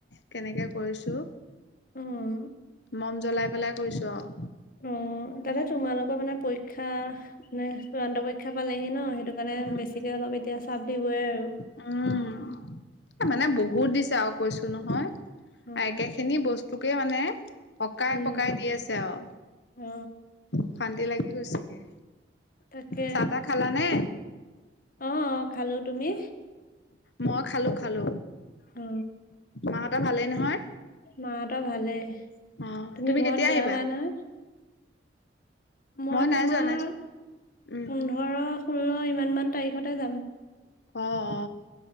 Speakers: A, on the left; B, on the left.
A: কেনেকে কৰিছো।
B: উম
A: মম জ্বলাই পেলাই কৰিছোঁ আৰু।
B: অ তাতে তোমালোকৰ মানে পৰীক্ষা মানে চূড়ান্ত পৰীক্ষা পালেহি ন সেইটো কাৰণে
A: উম,
B: বেছিকে অলপ এতিয়া চাপ দিবই আৰু
A: উম মানে বহুত দিছে আৰু কৈছো নহয়।
B: অ
A: একেখিনি বস্তুকে মানে। অকাই
B: উম
A: পকাই দি আছে আৰু
B: অ
A: অশান্তি লাগি গৈছেগে।
B: তাকে
A: চাহ তাহ খালানে।
B: অ অ খালো তুমি।
A: মই খালো খালো
B: অ
A: মাঁহতৰ ভালেই নহয়।
B: মাহঁতৰ ভালেই
A: অ',
B: তুমি
A: কেতিয়া
B: ঘৰত যোৱা
A: আহিবা?
B: নাই নহয়্ মই
A: নাই
B: তোমাৰ
A: যোৱা নাই যোৱা। উম,
B: পোন্ধৰ ষোল্ল ইমান মান তাৰিখতে যাম।
A: অ অ